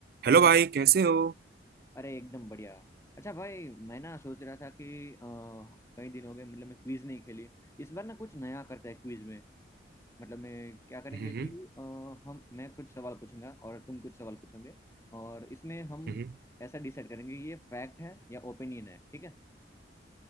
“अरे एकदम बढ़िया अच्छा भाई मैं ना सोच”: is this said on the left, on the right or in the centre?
Left